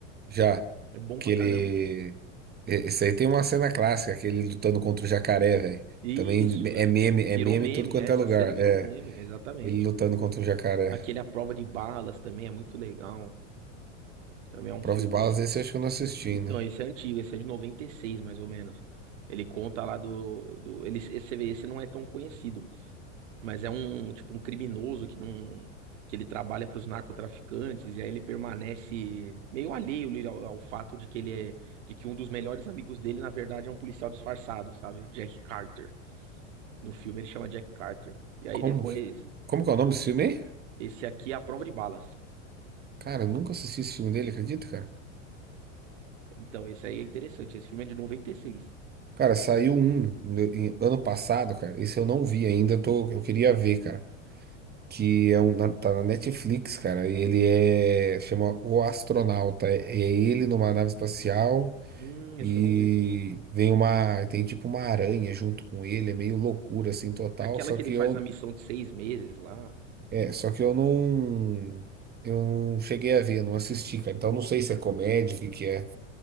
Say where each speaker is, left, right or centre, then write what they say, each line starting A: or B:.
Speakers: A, on the right; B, on the right.
A: Já
B: É bom
A: que
B: pra
A: ele,
B: caramba.
A: e- esse aí tem uma cena clássica, aquele lutando contra o jacaré, velho.
B: Isso.
A: Também é meme,
B: Virou
A: é meme
B: meme.
A: em tudo quanto
B: é, Essa
A: é lugar.
B: cena virou
A: É,
B: meme, exatamente.
A: ele lutando contra o jacaré.
B: Aquele A Prova de Balas também é muito legal. Também é
A: A
B: um
A: prova
B: filme.
A: de balas, esse eu acho que eu não assisti
B: Então,
A: ainda.
B: esse é antigo, esse é de 96 mais ou menos. Ele conta lá do, do... Ele, esse, você vê, esse não é tão conhecido. Mas é um, tipo, um criminoso que não, que ele trabalha para os narcotraficantes e aí ele permanece meio alheio ali ao, ao fato de que ele é, de que um dos melhores amigos dele, na verdade, é um policial disfarçado, sabe? Jack Carter. No filme ele chama Jack Carter. E aí
A: Como
B: depois,
A: que, como que é o nome desse filme aí?
B: esse aqui é A Prova de Balas.
A: Cara, eu nunca assisti esse filme dele, acredita, cara?
B: Então, esse aí é interessante. Esse filme é de noventa e seis
A: Cara, saiu um em- em- ano passado, cara. Esse eu não vi ainda, eu tô, eu queria ver, cara. Que é um, na- tá na Netflix, cara. E ele é, chama O Astronauta. É, é ele numa nave espacial
B: Hum, esse
A: e
B: eu não vi.
A: vem uma, tem tipo uma aranha junto com ele. É meio loucura assim total.
B: É aquela
A: Só
B: que
A: que
B: ele faz
A: eu,
B: a missão de seis meses lá.
A: é, só que eu não, eu não cheguei a ver, não assisti, cara. Então não sei se é comédia, o que que é.